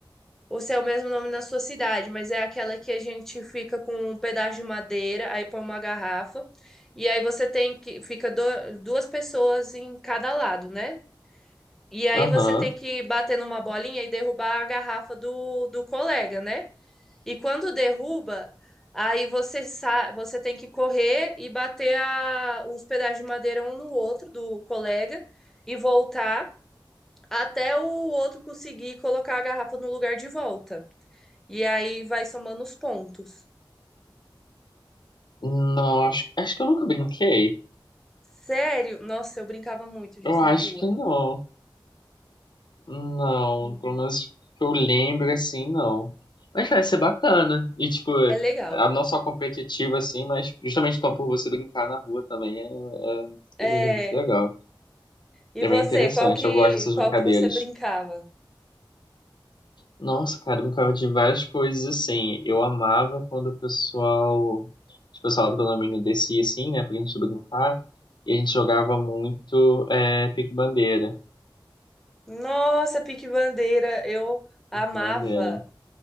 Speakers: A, in the centre; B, on the left.
A: ou se é o mesmo nome na sua cidade, mas é aquela que a gente fica com um pedaço de madeira, aí põe uma garrafa e aí você tem que fica do- duas pessoas em cada lado, né? E aí
B: Aham.
A: você tem que bater numa bolinha e derrubar a garrafa do, do colega, né? E quando derruba, aí você sa você tem que correr e bater a- os pedaços de madeira um no outro do colega e voltar até o outro conseguir colocar a garrafa no lugar de volta. E aí vai somando os pontos.
B: Não, acho, acho que eu nunca brinquei.
A: Sério? Nossa, eu brincava muito disso
B: Eu acho
A: na rua.
B: que não. Não,
A: Hum,
B: pelo menos que eu lembro assim, não. Mas vai ser bacana. E tipo,
A: É legal.
B: a não só competitiva assim, mas justamente então por você brincar na rua também é,
A: É.
B: é, é muito legal.
A: E
B: É
A: você,
B: bem interessante.
A: qual que
B: Eu gosto dessas
A: qual
B: brincadeiras.
A: que você brincava?
B: Nossa, cara, eu brincava de várias coisas assim. Eu amava quando o pessoal, tipo, o pessoal do condomínio descia assim, né, pra gente brincar. E a gente jogava muito é, pique-bandeira.
A: Nossa, pique bandeira, eu amava.
B: Pique-bandeira.